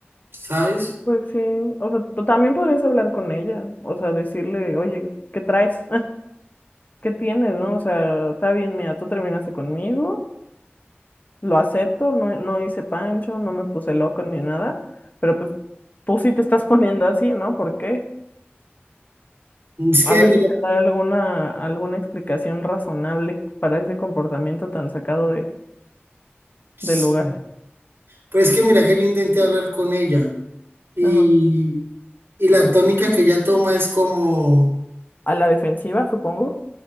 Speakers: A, on the right; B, on the left.
A: ¿sabes?
B: Pues sí, o sea, tú también podrías hablar con ella, o sea, decirle, oye, ¿qué traes? <laughs> ¿Qué tienes, no? O sea, está bien, mira, tú terminaste conmigo. lo acepto, no, no hice pancho, no me puse loco ni nada, pero pues tú sí te estás <laughs> poniendo así, ¿no? ¿Por qué?
A: Es que
B: A ver
A: mira,
B: si te da alguna, alguna explicación razonable para ese comportamiento tan sacado de,
A: sí,
B: del lugar.
A: pues es que mira que yo intenté hablar con ella y,
B: Ajá.
A: y la tónica que ella toma es como...
B: A la defensiva, supongo.